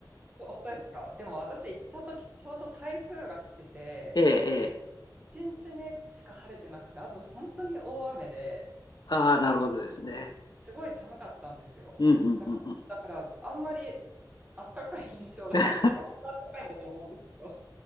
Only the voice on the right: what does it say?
そうですか。でも私行った時ちょうど台風が来てて、
1日目しか晴れてなくて、あと本当に大雨で、
すごい寒かったんですよ。
なんか、
だから、あんまりあったかい印象がないというか、
本当あったかいんだと思うんですけど。